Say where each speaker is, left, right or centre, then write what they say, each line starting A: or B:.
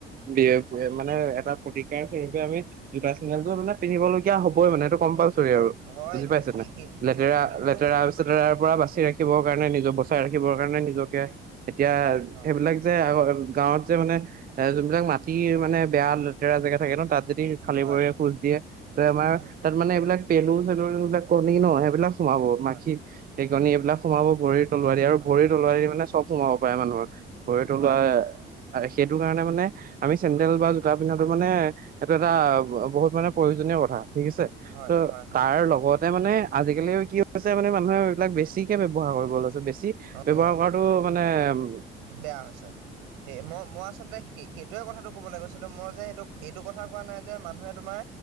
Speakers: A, on the right; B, on the right.
A: বি মানে এটা প্ৰতিকাৰ স্বৰূপে আমি জোতা মানে পিন্ধিবলগীয়া হ'বই মানে এইটো কম্পালচৰি
B: হয়,
A: আৰু,
B: হয়,
A: বুজি পাইছেনে?
B: সেই সেই সেই
A: লেতেৰা
B: সেই সেইটো
A: তাৰপিছত তাৰ পৰা বাচি ৰাখিবৰ কাৰণে, নিজৰ বচাই ৰাখিবৰ কাৰণে, নিজকে এতিয়া
B: হয়,
A: সেইবিলাক যে, আ, গাঁৱত যে, মানে যোনবিলাক মাটিৰ মানে বেয়া লেতেৰা জেগা থাকে ন' তাত যদি খালি
B: হয়,
A: ভৰিৰে খোজ দিয়ে, ত' আমাৰ
B: উম,
A: তাত মানে এইবিলাক পেলু, চেলুৰবিলাক কণী ন' সেইবিলাক সোমাব
B: হয়,
A: মাখি <unintelligible> কণী এইবিলাক সোমাব ভৰিত তলুৱাই দি আৰু
B: হয়,
A: ভৰি
B: হয়, হয়,
A: তলুৱাই দি মানে চব সোমাব পাৰে মানুহৰ ভৰি তলুৱা
B: হয়,
A: সেইটোকাৰণে মানে আমি চেণ্ডেল বা জোতা পিন্ধাটো মানে এইটো, এটা বহুত মানে প্ৰয়োজনীয় কথা। ঠিক আছে,
B: হয়,
A: ত'
B: হয়, হয়,
A: তাৰ লগতে মানে আজিকালি কি হৈছে? মানে মানুহে এইবিলাক বেছ বেছিকে
B: উম,
A: ব্যৱহাৰ কৰিব লৈছে, বেছি
B: অ',
A: ব্যৱহাৰ কৰাটো মানে উ
B: বেয়া হৈছে, সেই মই-মই আচলতে সে-সেইটোৱে কথাটো ক'বলৈ গৈছিলোঁ, মই যে, সেইটো এইটো কথা কোৱা নাই যে, মানুহে তোমাৰ